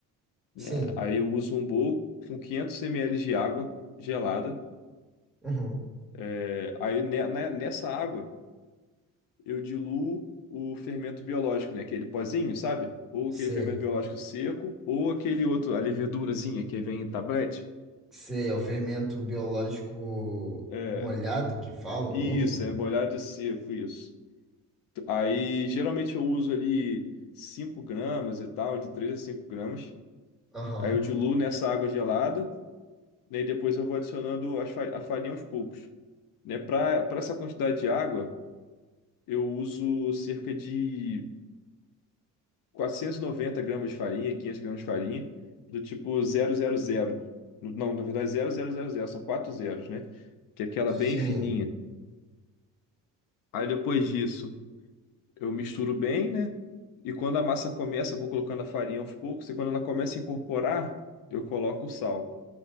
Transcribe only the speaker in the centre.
Sim.
Uhum.
Sei.
Sei, é o fermento biológico
molhado que falam,
úmido.
Aham,
Sim.